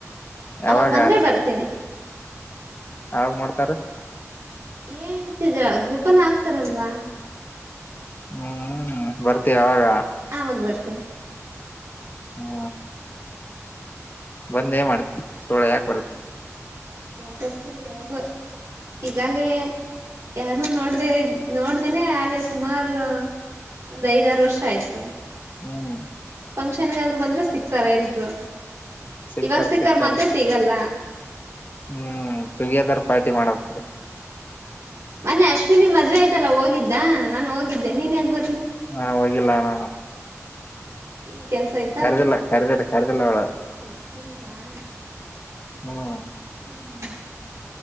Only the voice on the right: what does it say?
ಅವಾಗ ಬಂದ್ರೆ ಬರ್ತೀನಿ
ಏ ಹಳ್ತಿದರ ಗ್ರೂಪ್ ಎಲ್ಲ ಆಗ್ತಾರಲ್ವಾ
ಆವಾಗ ಬರ್ತೀನಿ
ಯಾಕತ್ ಯಾವಾಗ ಈಗಲೇ ಯಾರನ್ನ ನೋಡ್ದ ನೋಡ್ದೇನೆ ಅಲ್ಲಿ ಸುಮಾರು ಒಂದ್ ಐದಾರು ವರ್ಷ ಆಯ್ತು
ಫಂಕ್ಷನ್ಗ ಆದ್ರರು ಬಂದ್ರೆ ಸಿಕ್ತಾರ ಎಲ್ರು
ಇವಾಗ ಸಿಕ್ಕರ್
ಮತ್ತೆ ಸಿಗಲ್ಲ
ಹ್ಮ ಮೊನ್ನೆ ಅಶ್ವಿನಿ ಮದ್ವೆ ಆಯ್ತಲ್ಲ ಹೋಗಿದ್ದ ನಾನು ಹೋಗಿದ್ದೆ ನೀನ್ ಯಗ್ ಬರ್
ಏನ್ ಕೆಲ್ಸ ಯ್
ಕದಲ್ವಾ
ಹ್ಮ